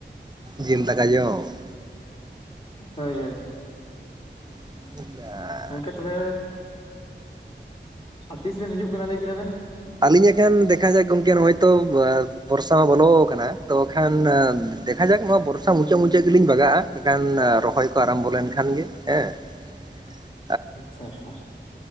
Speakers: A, on the right; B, on the left.
A: ᱡᱤᱞ ᱫᱟᱠᱟ ᱡᱚᱢ ᱾
B: ᱦᱳᱭ ᱦᱳᱭ ᱾
A: <inaudible>
B: ᱜᱚᱝᱠᱮ ᱛᱚᱵᱮ, ᱟᱨ ᱛᱤᱥ ᱵᱮᱱ ᱦᱤᱡᱩᱜ ᱠᱟᱱᱟ ᱞᱟᱹᱭ ᱠᱮᱫᱟ ᱵᱮᱱ,
A: ᱟᱹᱞᱤᱧ ᱮᱠᱷᱟᱱ ᱫᱮᱠᱷᱟ ᱡᱟᱠ ᱜᱚᱝᱠᱮ ᱱᱚᱜᱼᱚᱭ ᱛᱚ ᱵᱚᱨᱥᱟ ᱢᱟ ᱵᱚᱞᱚ ᱟᱠᱟᱱᱟ ᱛᱚ ᱠᱷᱟᱱ ᱫᱮᱠ ᱫᱮᱠᱷᱟ ᱡᱟᱠ ᱱᱚᱣᱟ ᱵᱚᱨᱥᱟ ᱢᱩᱪᱟᱹᱫ ᱢᱩᱪᱟᱹᱫ ᱜᱮᱞᱤᱧ ᱵᱟᱜᱟᱜᱼᱟ ᱮᱠᱷᱟᱱ ᱨᱚᱦᱚᱭ ᱠᱚ ᱟᱨᱚᱢᱵᱚ ᱞᱮᱱᱠᱷᱟᱱ ᱜᱮ ᱦᱮᱸ, <inaudible>
B: ᱟᱪᱷᱟ ᱟᱪᱷᱟ,